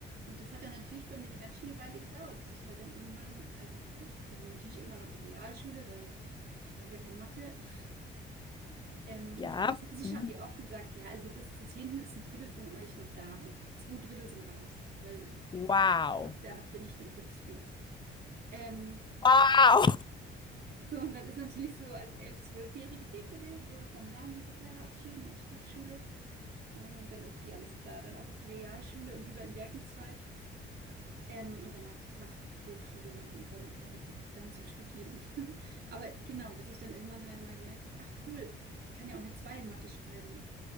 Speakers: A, on the right (about 55°); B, on the left (about 20°).
A: und das hat dann natürlich bei mir eine ganz schöne Weile gedauert, bis ich halt dann irgendwann, also dann natürlich irgendwann auf der Realschule, weil ich kannte ja kein Mathe. <laughs> Ähm,
B: Ja.
A: und Französisch
B: Mhm.
A: haben die auch gesagt, ja, also bis zu Zehnten ist ein Drittel von euch noch da und zwei Drittel sind raus, weil
B: Wow.
A: habt ihr, habt ihr nicht den Grips für. Ähm,
B: Wow.
A: so, und dann ist natürlich so als Elf-, Zwölfjährige, dit, dit, dit, so vom Land, da, auch schön in die Stadtschule. Und dann, okay, alles klar, dann ab auf die Realschule und lieber in Werkenzweig ähm, und danach die Fachhochschule machen und dann, ähm, dann zum Studieren. <laughs> Aber genau, bis ich dann irgendwann halt mal gemerkt habe, ach cool, ich kann ja auch eine Zwei in Mathe schreiben